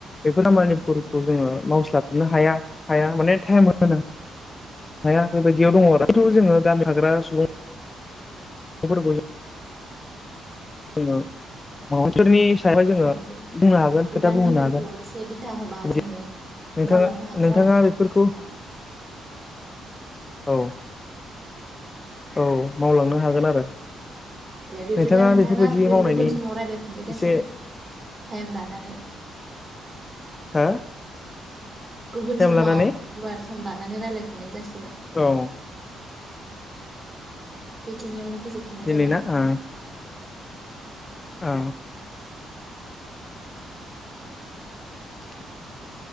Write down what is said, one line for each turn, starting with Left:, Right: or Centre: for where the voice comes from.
Left: बेफोरो मानिपुरखौ
Right: औ
Left: जोङो मावस्लाबनो हाया। हाया माने टाइम होनो हाया। बेबायदियाव दङ आरोथ' जोङो गामि थाग्रा सुबुं <unintelligible> <unintelligible>
Right: नंगौ
Left: बुंनो हागोन
Right: बिबानगिरिफोरखौ
Left: खोथा बुंहोनो हागोन
Right: एसे बिथा होबा
Left: बिदि
Right: जोङो
Left: नोंथाङा
Right: मावलांनो हागोन
Left: नोंथाङा
Right: आरो जों
Left: बेफोरखौ
Right: थाथाबनो हायाबाबो
Left: औ औ मावलांनो हागोन आरो
Right: दे बिब्दिब्ला
Left: नोंथाङा
Right: नोंथां
Left: बेफोरबायदि
Right: नङा
Left: मावनायनि
Right: गुबुन समाव रायजलायफिननाय जासिग
Left: एसे
Right: टाइम लानानै
Left: हो
Right: गुबुन
Left: टाइम
Right: समाव
Left: लानानै
Right: गुवार सम लानानै रायजलायफिननाय जासिगोन
Left: औ
Right: बेखिनियावनो फोजोबथ'नाय
Left: दिनै
Right: जाबाय
Left: ना
Right: नोंथां।
Left: ओ
Right: औ
Left: ओ <inaudible>